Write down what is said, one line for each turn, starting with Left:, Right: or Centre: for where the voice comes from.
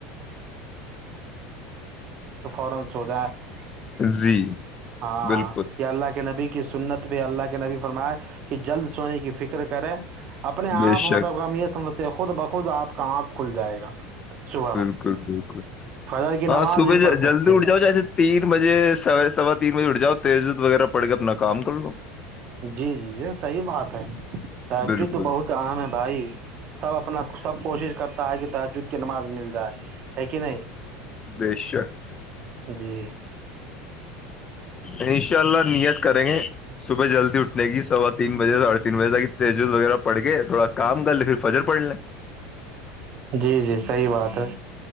Right: سوچ <unintelligible>
Left: جی
Right: ہاں
Left: بالکل
Right: یا اللہ کے نبی کی سنت بھی اللہ کے نبی فرماش کہ جلد سونے کی فکر کریں اپنے آپ
Left: بے شک
Right: مطلب یہ سمجھ خود بخود آپ کا آنکھ کھل جائے گا صبح
Left: بالکل
Right: میں
Left: بالکل
Right: فجر کی
Left: ہاں
Right: نماز
Left: صبح
Right: بھی پڑھ
Left: جلدی
Right: سکتے
Left: اٹھ
Right: ہیں
Left: جؤ جیسے تین بجے س سوا تین بجے اٹھ جاؤ تیزت وغیرہ پڑ کے اپنا کام کر لو
Right: جی جی یہ صحی بات ہے رج
Left: بالکل
Right: تو بہت عام ہے بھائی سب اپنا سب کوشش کرتا ہے کہ تحجد کی نماز مل جائے ہے کہ نہیں
Left: بے شک
Right: <inaudible> جی
Left: انشاء اللہ نیت کریں گے صبح جلدی اٹھنے کی سوا تین بجے ساڑھے تین بجے تک تیجز وغیرہ پڑ کے تھوڑا کام کر لے پھر فجر پڑ لیں
Right: جی جی صحیح بات ہے